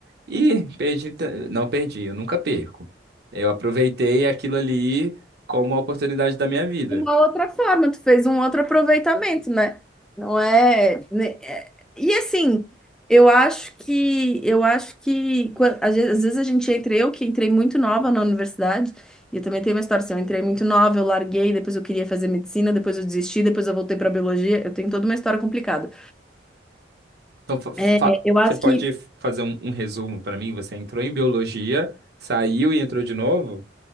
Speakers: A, on the right; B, in the centre.
A: ih, perdi, te- não perdi, eu nunca perco. Eu aproveitei aquilo ali como uma oportunidade da minha vida.
B: de uma outra forma, tu fez um outro aproveitamento, né? Não é, né, é- E assim, eu acho que eu acho que quan- às vezes às vezes a gente entra, eu que entrei muito nova na universidade, e eu também tenho uma história assim, eu entrei muito nova, eu larguei, depois eu queria fazer medicina, depois eu desisti, depois eu voltei para biologia, eu tenho toda uma história complicada.
A: Então, fa- fa-
B: É, eu acho
A: você pode
B: que
A: fazer um, um resumo para mim? Você entrou em biologia, saiu e entrou de novo?